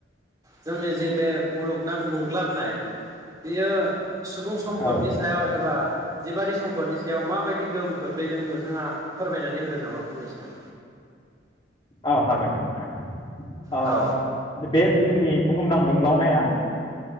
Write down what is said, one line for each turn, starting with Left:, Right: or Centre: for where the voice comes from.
Right: जोंनि जे बे मुलुगनां दुंग्लाबनाय बेयो सुबुं सम्पदनि
Left: औ
Right: सायाव एबा जिबारि सम्पदनि सायाव माबायदि गोहोम खोख्लैदों नोंथाङा फोरमायनानै होगोन नामा फंनैसो
Left: औ हागोन नोंथां अ
Right: औ
Left: बे जोंनि बुहुमनां दुंग्लावनाया